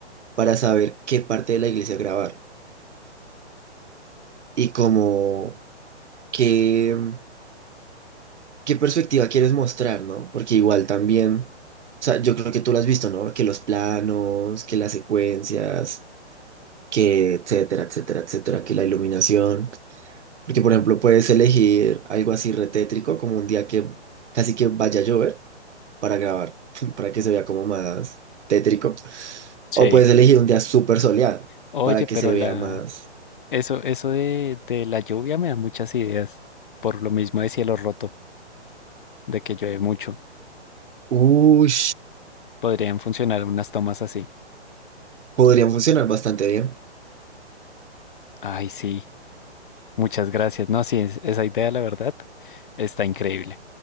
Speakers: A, on the right; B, on the left.
A: para saber qué parte de la iglesia grabar y como que... qué perspectiva quieres mostrar, ¿no? Porque igual también, o sea, yo creo que tú lo has visto, ¿no? Que los planos, que las secuencias, que etcétera, etcétera, etcétera, que la iluminación. Porque, por ejemplo, puedes elegir algo así retétrico, como un día que casi que vaya a llover para grabar, <laughs> para que se vea como más tétrico.
B: sí.
A: O puedes elegir un día súper soleado
B: Oye,
A: para
B: pero
A: que se
B: la
A: vea más.
B: eso, eso de, de la lluvia me da muchas ideas. Por lo mismo de cielo roto, de que llueve mucho.
A: Uy,
B: Podrían funcionar unas tomas así.
A: podrían funcionar bastante bien.
B: Ay, sí. Muchas gracias. No, sí, es- esa idea, la verdad, está increíble.